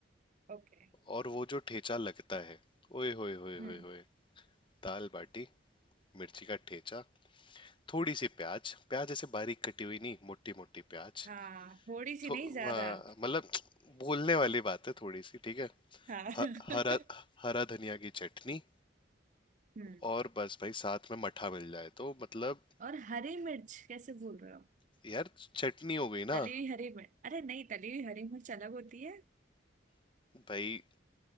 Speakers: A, on the right; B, on the left.
A: ओके
B: और वो जो ठेचा लगता है ओए होए होए होए
A: हम्म
B: होए दाल बाटी मिर्ची का ठेचा थोड़ी सी प्याज प्याज ऐसे बारीक कटी हुई नहीं मोटी मोटी प्याज
A: हाँ थोड़ी सी
B: तो
A: नहीं
B: अ,
A: ज्यादा
B: मतलब बोलने वाली बात है थोड़ी सी ठीक है
A: <laughs> हाँ
B: ह- हरा हरा धनिया की चटनी
A: हम्म
B: और बस भाई साथ में मठा मिल जाए तो मतलब
A: और हरी मिर्च कैसे बोल रहे हो
B: यार चटनी हो गई
A: तली
B: ना
A: हुई हरी मिर्च अरे नहीं तली हुई हरी मिर्च अलग होती है
B: भाई